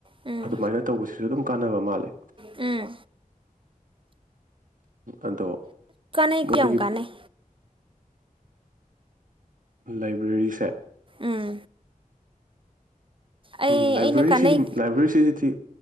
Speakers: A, on the right (about 35°); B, on the right (about 70°).
A: ꯎꯝ ꯎꯝ
B: ꯑꯗꯨꯃꯥꯏꯅ ꯇꯧꯕꯁꯤꯁꯨ ꯑꯗꯨꯝ ꯀꯥꯟꯅꯕ ꯃꯥꯜꯂꯦ
A: ꯎꯝ
B: ꯑꯗꯣ
A: ꯀꯥꯅꯩ
B: ꯃꯗꯨꯒꯤ
A: ꯀꯌꯥꯝ ꯀꯥꯅꯩ
B: ꯂꯥꯏꯕ꯭ꯔꯦꯔꯤꯁꯦ
A: ꯎꯝ ꯑꯩ
B: ꯎꯝ ꯂꯥꯏꯕ꯭ꯔꯦꯔꯤꯁꯤ
A: ꯑꯩꯅ ꯀꯥꯟꯅꯩ
B: ꯂꯥꯏꯕ꯭ꯔꯦꯔꯤꯁꯤꯁꯤꯗꯤ